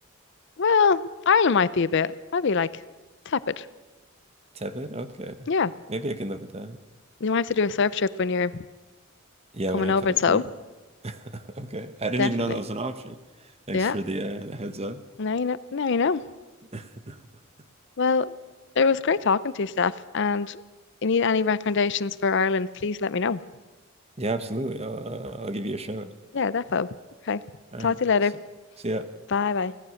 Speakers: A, on the left; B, on the right.
A: Well, Ireland might be a bit, might be like tepid.
B: Tepid? Okay.
A: Yeah.
B: Maybe I can live with that.
A: You might have to do a surf trip when you're
B: Yeah,
A: coming
B: when I
A: over.
B: come
A: So
B: through. <laughs> Okay. I didn't
A: definitely.
B: even know that was an option. Thanks
A: Yeah.
B: for the uh, the heads up.
A: Now you know. Now you know.
B: <laughs>
A: Well, it was great talking to you, Steph. And you need any recommendations for Ireland, please let me know.
B: Yeah, absolutely. I'll uh, I'll give you a shout.
A: Yeah, defo. Okay.
B: All
A: Talk
B: right.
A: to you later.
B: See, see ya.
A: Bye bye.